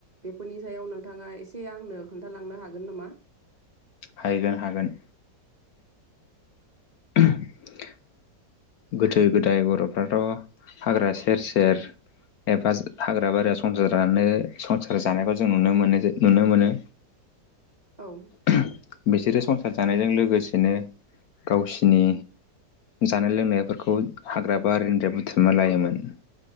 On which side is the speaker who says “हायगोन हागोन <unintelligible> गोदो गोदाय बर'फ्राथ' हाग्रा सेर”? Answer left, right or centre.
Left